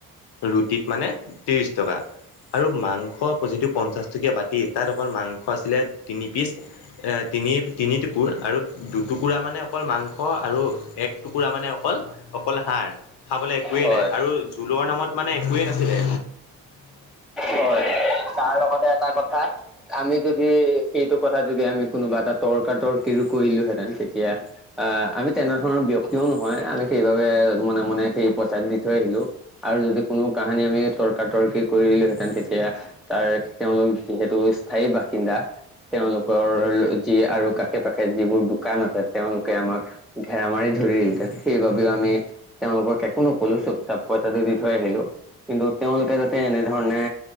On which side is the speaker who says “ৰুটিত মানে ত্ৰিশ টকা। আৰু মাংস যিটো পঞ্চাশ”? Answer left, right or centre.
Left